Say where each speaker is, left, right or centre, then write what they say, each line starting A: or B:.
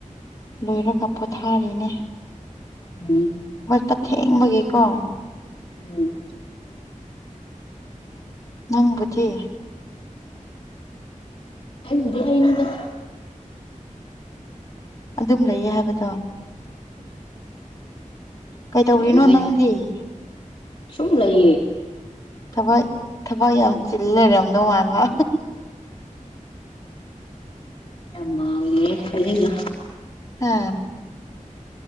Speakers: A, on the left (about 25°); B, on the left (about 45°).
A: ꯂꯣꯏꯔꯒ ꯄꯣꯊꯥꯔꯤꯅꯦ
B: ꯎꯝ
A: ꯄ ꯊꯦꯡꯕꯒꯦꯀꯣ
B: ꯎꯝ
A: ꯅꯪꯕꯨꯗꯤꯦ
B: ꯑꯕꯨꯗꯤ ꯀꯗ
A: ꯑꯗꯨꯝ ꯂꯩꯌꯦ ꯍꯥꯏꯕꯗꯣ ꯀꯩꯗꯧꯔꯤꯅꯣ
B: ꯑꯣꯍꯥꯏꯇꯥꯔꯦ
A: ꯅꯪꯗꯤ
B: ꯁꯨꯝ ꯂꯩ
A: ꯊꯕꯛ ꯊꯕꯛ ꯌꯥꯝ ꯆꯤꯜ ꯂꯩꯔꯝꯗꯧ ꯃꯥꯃ
B: ꯑꯃꯦ ꯍꯥꯏꯂ
A: ꯑꯥ